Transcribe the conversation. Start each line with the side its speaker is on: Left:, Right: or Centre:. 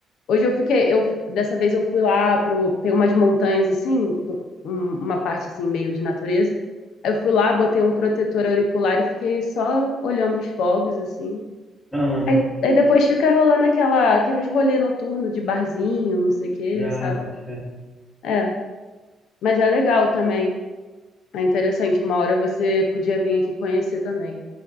Left: Hoje eu fiquei, eu dessa vez eu fui lá pro, tem umas montanhas assim, do- um- uma parte assim meio de natureza. Aí Eu fui lá, botei um protetor auricular e fiquei só olhando os fogos assim.
Centre: Aham.
Left: Aí, aí depois fica rolando aquela, aqueles rolê noturno de barzinho, não sei o quê,
Centre: Já,
Left: sabe?
Centre: boto fé.
Left: É, mas é legal também. É interessante, uma hora você podia vir aqui conhecer também.